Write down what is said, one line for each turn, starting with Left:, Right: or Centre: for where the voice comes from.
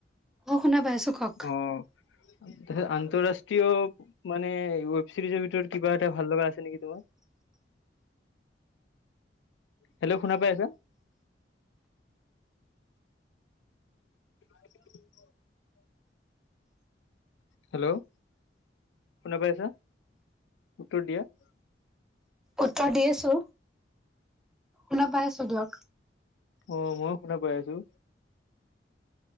Centre: অ শুনা পাই আছো কওক
Left: অ', তাৰপিছত আন্তঃৰাষ্ট্ৰীয় মানে, ৱেব ছিৰিজৰ ভিতৰত কিবা এটা ভাল লগা আছে নেকি তোমাৰ? <inaudible> হেল্ল', শুনা পাই আছা? <inaudible> হেল্ল', শুনা পাই আছা, উত্তৰ দিয়া। <inaudible>
Centre: উত্তৰ দি আছো শুনা পাই আছো দিয়ক
Left: অ', ময়ো শুনা পাই আছোঁ।